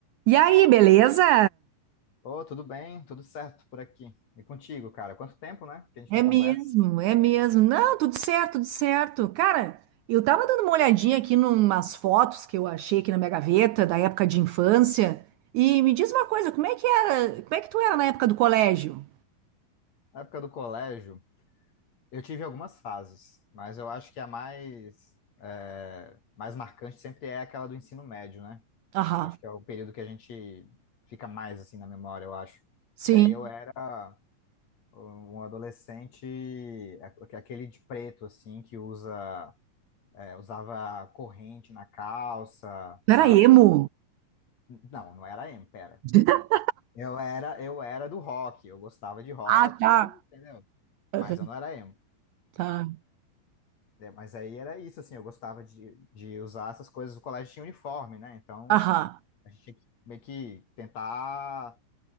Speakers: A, on the right; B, on the left.
A: E aí, beleza?
B: Ô, tudo bem? Tudo certo por aqui. E contigo, cara? Quanto tempo, né? Que a gente
A: É
B: não
A: mesmo,
B: conversa.
A: é mesmo. Não, tudo certo, tudo certo. Cara, eu tava dando uma olhadinha aqui numas fotos que eu achei aqui na minha gaveta da época de infância. E me diz uma coisa, como é que era, como é que tu era na época do colégio?
B: Na época do colégio, eu tive algumas fases, mas eu acho que a mais, é, mais marcante sempre é aquela do ensino médio, né?
A: Aham,
B: Acho que é o período que a gente fica mais assim na memória, eu acho.
A: sim.
B: E aí eu era um adolescente, aqu- aquele de preto, assim, que usa, é, usava corrente na calça,
A: Tu
B: sabe?
A: era emo?
B: Não, não era emo, pera.
A: <laughs>
B: Eu era, eu era do rock, eu gostava de rock,
A: Ah, tá.
B: eu, entendeu?
A: Aham,
B: Mas eu não era emo.
A: tá.
B: É, Mas aí era isso, assim, eu gostava de, de usar essas coisas. O colégio tinha uniforme, né? Então
A: Aham,
B: a gente tinha que meio que tentar